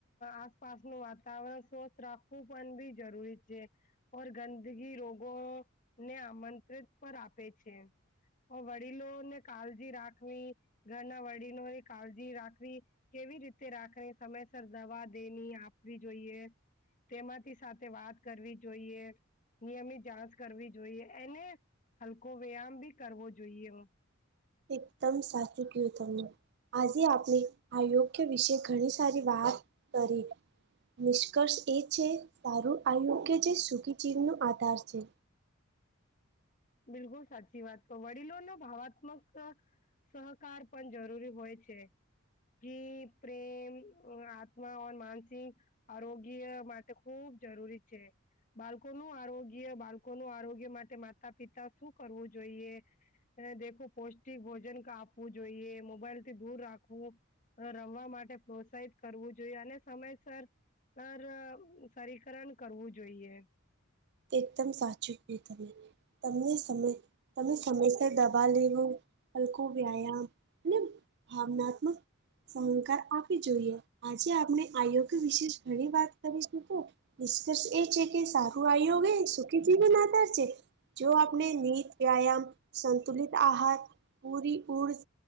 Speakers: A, on the left (about 40°); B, on the right (about 55°).
A: આસપાસનું વાતાવરણ સ્વસ્્થ રાખવું પણ બી જરૂરી છે. પર ગંદગી રોગો ને આમંત્રિત પર આપે છે. વડીલોને કાળજી રાખવી ઘરના વડીલોની કાળજી રાખવી કેવી રીતે રાખને સમયસર દવા દેની આપવી જોઈએ તેમાંથી સાથે વાત કરવી જોઈએ. નિયમિત જાંચ કરવી જોઈએ એને હલકો વ્યાયામ બી કરવો જોઈએ.
B: એકદમ સાચું કયું તમને આજે આપણે આયોગ્ય વિશે ઘણી સારી વાત કરી નિષ્કર્ષ એ છે સારું આયુ કે જે સુખી જીવનો આધાર છે.
A: બિલકુલ સાચી વાત ક વડીલો ન ભાવાત્મક સહકાર પણ જરૂરી હોય છે. જી પ્રેમ આત્મા માનસિક આરોગ્ય માટે ખૂબ જરૂરી છે. બાળકોનુંું આરોગ્ય બાળકોનુંું આરોગ્ય માટે માતા પિતા શું કરવું જોઈએ. દેખું પૌષ્ટિક ભોજન આપવું જોઈએ મોબાઈલ થી દૂર રાખવું રમવા માટે પ્રોત્સાહિત કરવું જોઈએ અને સમયસર સર સરકરણ કરવું જોઈએ.
B: તે એકદમ સાચું હોય તમે તમને સમય તમે સમયસર દવા લેવો હલકું વ્યાયામ ભાવનાત્મક સહંકાર આપી જોઈએ આજે આપણે આયોગ્ય વિશેષ ઘણી વાત કરીશકો નિષ્કર્ષ એ છે કે સારું આવ્યોગ એ સુખી જીવન માધાર છે જો આપણે ત વ્યાયામ સંંતુલિત આહાર પૂરી ઉઊર્જ